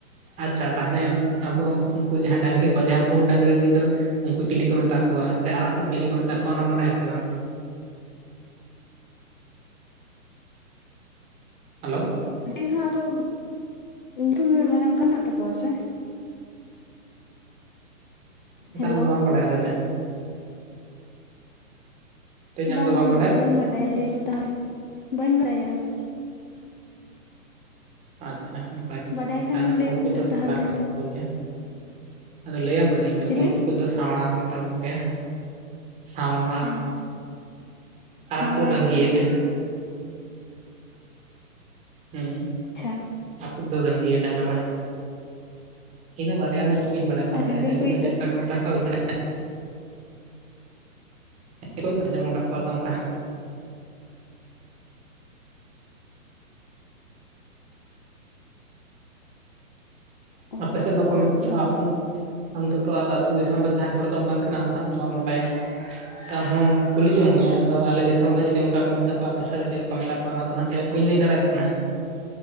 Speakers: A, on the right; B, on the left.
A: ᱟᱪᱪᱷᱟ ᱛᱟ ᱦᱟᱱᱮ ᱟᱵᱚ ᱩᱝᱠᱩ, ᱡᱟᱦᱟᱸ ᱰᱟᱝᱨᱤ ᱠᱚᱣᱟᱜ ᱡᱟᱦᱟᱸ ᱯᱩᱸᱰᱼᱼ ᱰᱟᱝᱨᱤ ᱩᱱᱤ ᱫᱚ ᱩᱱᱠᱩ ᱪᱤᱞᱤ ᱠᱚ ᱢᱮᱛᱟ ᱠᱚᱣᱟ, ᱥᱮ ᱟᱨᱟᱜ ᱠᱚ ᱪᱤᱞᱤ ᱠᱚ ᱢᱮᱛᱟ ᱠᱚᱣᱟ, ᱚᱱᱟᱢ ᱵᱟᱰᱟᱭᱟ ᱥᱮ ᱵᱟᱝ? ᱦᱮᱞᱳᱼᱼ
B: ᱢᱤᱦᱩᱣᱟᱜ ᱫᱚ ᱧᱩᱛᱩᱢ ᱢᱟᱱᱮ ᱚᱱᱠᱟ ᱢᱮᱱᱟᱜ ᱛᱟᱠᱚᱣᱟ ᱥᱮ?
A: ᱚᱝᱠᱟ
B: ᱦᱮᱞᱳ
A: ᱟᱢ ᱫᱚ ᱵᱟᱢ ᱵᱟᱰᱟᱭᱟ ᱥᱮ ᱪᱮᱜ? ᱛᱮᱦᱮᱧ
B: ᱵᱟᱝᱟ
A: ᱟᱢ ᱫᱚ ᱵᱟᱢ
B: ᱵᱟᱹᱧ ᱵᱟᱰᱟᱭᱟ, ᱞᱟᱹᱭᱢᱮ ᱛᱟᱦᱚᱞᱮ ᱵᱟᱹᱧ ᱵᱟᱰᱟᱭᱟ ᱾
A: ᱟᱪᱪᱷᱟ ᱱᱟᱯᱟᱭ ᱠᱟᱛᱷᱟ
B: ᱵᱟᱰᱟᱭ
A: ᱜᱮ,
B: ᱠᱷᱟᱱᱮᱢ
A: ᱛᱟᱸᱦᱱᱮ
B: ᱞᱟᱹᱭ
A: ᱯᱩᱸᱰ
B: ᱢᱮᱥᱮ
A: ᱠᱚᱫᱚ <unintelligible> ᱥᱟᱣᱲᱟ
B: ᱛᱟᱦᱚᱞᱮ
A: ᱠᱚ ᱢᱮᱛᱟ ᱠᱚᱜᱮᱭᱟ, ᱟᱫᱚ ᱞᱟᱹᱭᱟᱢ ᱼᱼ ᱠᱟᱹᱱᱟᱹᱧ ᱛᱚ,
B: ᱪᱤᱞᱤ
A: ᱯᱩᱰ ᱠᱚ ᱫᱚ ᱥᱟᱸᱣᱲᱟ ᱠᱚ ᱢᱮᱛᱟ ᱠᱚᱜᱮᱭᱟ ᱾ ᱥᱟᱶᱲᱟ
B: ᱦᱮᱸ
A: ᱟᱨᱟᱜ
B: ᱥᱟᱣᱲᱟ
A: ᱠᱚᱫᱚ ᱨᱺᱜᱤᱭᱟᱹ ᱦᱩᱸ,
B: ᱪᱷᱟ,
A: ᱟ ᱫᱚ ᱨᱟᱹᱝᱜᱭᱟᱹ ᱰᱟᱝᱨᱟ ᱾ ᱤᱱᱟᱹ ᱵᱟᱨᱭᱟ ᱨᱮᱱᱟᱜ ᱧᱩᱛᱩᱢ ᱜᱤᱧ ᱵᱟᱲᱟᱭᱼᱟ, ᱛᱟᱯᱚᱨᱮ
B: ᱟᱨ ᱦᱮᱸᱫᱮ
A: ᱦᱮᱸᱜᱮ
B: ᱠᱚᱭᱤᱡ
A: ᱠᱚᱫᱚ, ᱪᱮᱫ
B: ᱫᱚ
A: ᱞᱮᱠᱟ ᱠᱚ ᱼᱼ ᱢᱮᱛᱟ ᱠᱚᱣᱟ ᱵᱟᱧ ᱵᱟᱲᱟᱭᱟ ᱵᱟᱹᱧ <unintelligible> ᱟᱸᱡᱚᱢ ᱠᱟᱫ ᱠᱚᱣᱟ ᱛᱚ ᱚᱝᱠᱟᱼᱼ
B: ᱚ
A: ᱟᱯᱮ ᱥᱮᱫ ᱫᱚᱠᱚ ᱢᱮᱛᱼᱟ ᱟᱯᱩ ᱢᱼᱼ ᱟᱢ ᱫᱚᱛᱚ ᱟᱨ ᱟᱹᱛᱩ ᱫᱤᱥᱚᱢ ᱨᱮ, ᱛᱟᱦᱮᱱ ᱦᱚᱲ ᱫᱚᱢ ᱵᱟᱝ ᱠᱟᱱᱟ, ᱟᱢ ᱫᱚ ᱦᱟᱸᱜ ᱛᱚ ᱵᱟᱢ ᱵᱟᱰᱟᱭᱟ ᱾ ᱛᱟᱦᱚᱸ ᱠᱩᱞᱤ ᱡᱚᱝ ᱢᱮ, ᱟᱫᱚ ᱟᱞᱮ ᱫᱤᱥᱚᱢ ᱨᱮ ᱡᱩᱫᱤ ᱚᱱᱠᱟ ᱠᱚ ᱢᱮᱛᱟ ᱠᱚᱣᱟ, ᱟᱯᱮ ᱥᱮᱫ ᱨᱮ ᱪᱮᱫ ᱞᱮᱠᱟ ᱠᱚ ᱢᱮᱛᱟᱠ? ᱠᱚᱣᱟ, ᱚᱱᱟ ᱱᱟᱛᱮ ᱵᱟᱹᱧ ᱞᱟᱹᱭ ᱫᱟᱲᱮᱭᱟᱜ ᱠᱟᱱᱟ ᱾